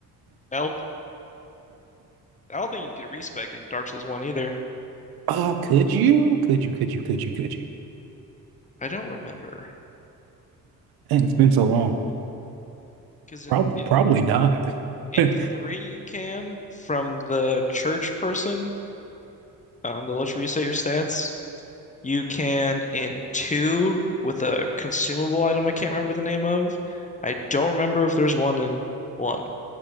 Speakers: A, on the left; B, on the right.
A: help. I don't think you can respec in Dark Souls 1 either.
B: Uh, could you? Could you? Could you? Could you? Could you?
A: I don't remember. remember
B: And it's been so long.
A: because
B: Probably,
A: in in
B: probably not. <laughs>
A: in
B: I
A: 3 you can from the church person, um, they'll let you reset your stats. You can in 2 with a consumable item I can't remember the name of. I don't remember if there's one in 1.